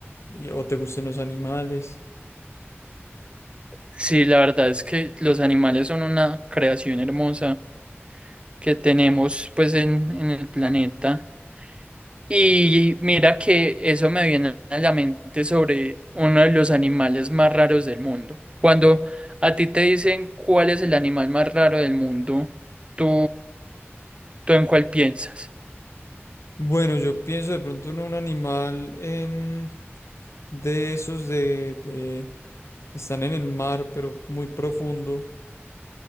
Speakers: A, on the left; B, on the right.
A: y- o te gusten los animales.
B: Sí, la verdad es que los animales son una creación hermosa que tenemos pues en, en el planeta. Y mira que eso me viene a la mente sobre uno de los animales más raros del mundo. Cuando a ti te dicen cuál es el animal más raro del mundo, ¿tú, tú en cuál piensas?
A: Bueno, yo pienso de pronto en un animal em, de esos de, de... Están en el mar, pero muy profundo.